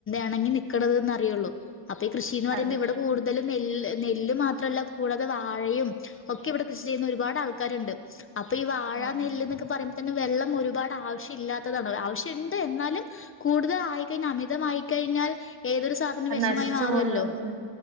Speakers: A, on the left; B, on the right.
A: എണങ്ങി നിക്കണത് അറിയുള്ളൂ അപ്പൊ ഈ കൃഷിന്ന് പറയുമ്പോ
B: അതെ.
A: ഇവിടെ കൂടുതല് നെല് നെല്ല് മാത്രല്ല കൂടാതെ വാഴയും ഒക്കെ ഇവിടെ കൃഷി ചെയ്യുന്ന ഒരുപാട് ആൾക്കാരുണ്ട് അപ്പൊ ഈ വാഴ
B: ഉം.
A: നെല്ല് എന്നൊക്ക പറയ്പോ തന്നെ വെള്ളം ഒരുപാട് ആവശ്യം ഇല്ലാത്തതാണ് ആവശ്യുണ്ട് എന്നാലും കൂടുതൽ ആയിക്കഴിഞ്ഞാൽ അമിതമായി കഴിഞ്ഞാൽ ഏതൊരു സാധ അതിന്
B: അത്
A: വെഷമായി
B: നശിച്ചു
A: മാറുമല്ലോ
B: പോകുന്ന ഉം